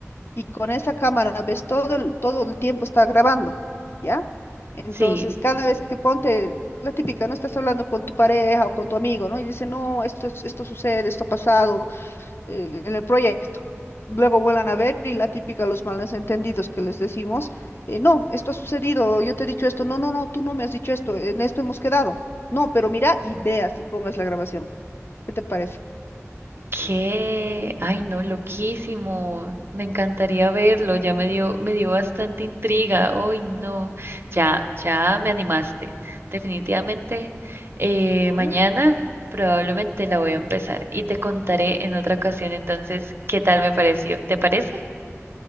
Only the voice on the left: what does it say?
y con esa cámara ves todo el, todo el tiempo está grabando, ¿ya? Entonces,
cada vez que ponte, la típica, no estás hablando con tu pareja o con tu amigo, ¿no? Y dice, no, esto, es- esto sucede, esto ha pasado eh, en el proyecto. Luego vuelan a ver y la típica, los malos entendidos que les decimos, eh, no, esto ha sucedido, yo te he dicho esto, no, no, no, tú no me has dicho esto, en esto hemos quedado. No, pero mira y veas y pongas la grabación. ¿Qué te parece?
A ver.